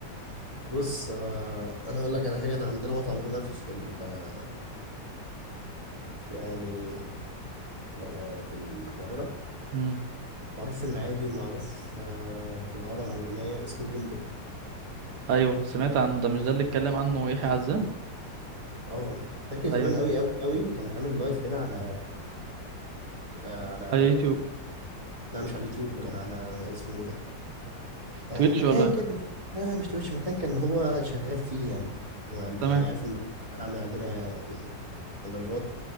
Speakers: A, on the right (about 25°); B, on the right (about 65°).
A: بص آه انا اقول لك على حاجه انا عندنا مطعم هنا في في ال- آه، يعني آه في القاهره
B: مم.
A: معروف في المعادي ومعروف آه في الهرم والرمايه اسمه بندق
B: ايوه سمعت عن ده مش ده اللي اتكلم عنه يحيى عزام
A: اه فاكر زمان
B: ايوه
A: قوي قوي قوي كان عامل لايف كده على آه على
B: على يوتيوب
A: لا مش على اليوتيوب كان على اسمه ايه ده آه
B: تويتش
A: مكان
B: ولا
A: كده لا لا مش تويتش مكان كان هو شغال فيه يعني هو يعني
B: تمام
A: عارف ان هو شغال عامل عندنا ب- لايفات